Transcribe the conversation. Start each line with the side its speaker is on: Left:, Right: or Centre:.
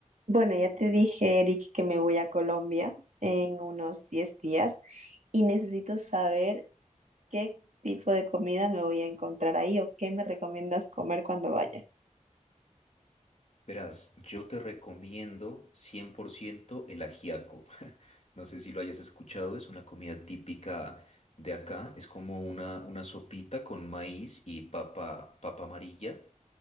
Right: Bueno, ya te dije, Eric, que me voy a Colombia en unos 10 días y necesito saber qué tipo de comida me voy a encontrar ahí o qué me recomiendas comer cuando vaya.
Left: Verás, yo te recomiendo 100% el ajiaco. <laughs> No sé si lo hayas escuchado, es una comida típica de acá. Es como una, una sopita con maíz y papa, papa amarilla